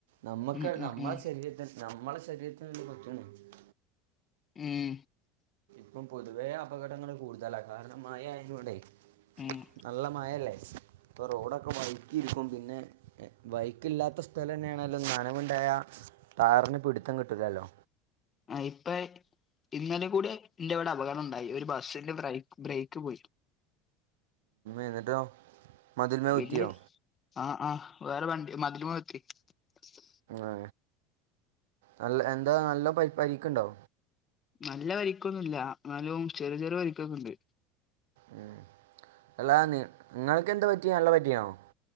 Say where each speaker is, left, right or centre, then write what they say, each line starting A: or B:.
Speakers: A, on the right; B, on the left.
A: നമ്മക്ക്
B: ഉം
A: ആണ്
B: ഉം
A: നമ്മള
B: ഉം
A: ശരീരത്തി നമ്മളെ ശരീരത്തി <unintelligible>
B: ഉം
A: ഇപ്പം പൊതുവെ അപകടങ്ങള് കൂടുതലാ കാരണം മയ ആയതോണ്ടെയ്.
B: ഉം
A: നല്ല മയല്ലേ ഇപ്പ റോഡൊക്കെ വൈക്കിപ പിന്നെ ബൈ കില്ല സ്ഥലം തന്നെയാണല്ലോ നനവുണ്ടായ താറിന് പിടിത്തം കിട്ടില്ലല്ലോ
B: ആ ഇപ്പ ഇന്നലെ കൂടെ എന്റെ ഇവിടെ അപകടം ഉണ്ടായി ഒരു ബസിന്റെ ബ്രേക്ക് ബ്രേക്ക് പോയി
A: എന്നിട്ടോ മതിൽമേ
B: വല്യ
A: കുത്തിയോ
B: ആ ആഹ് വേറെ വണ് മതില് <unintelligible>
A: ആ നല്ല എന്താ നല്ല പ പരിക്കുണ്ടോ?
B: നല്ല വരിക്കോന്നുല്ല ന്നാലും ചെറിയ ചെറിയ വരിക്കോക്കെ ഉണ്ട്
A: ഉം അല്ല നി നിങ്ങൾക്ക് എന്താ പ ഇയാളിനെ പറ്റിയാണോ?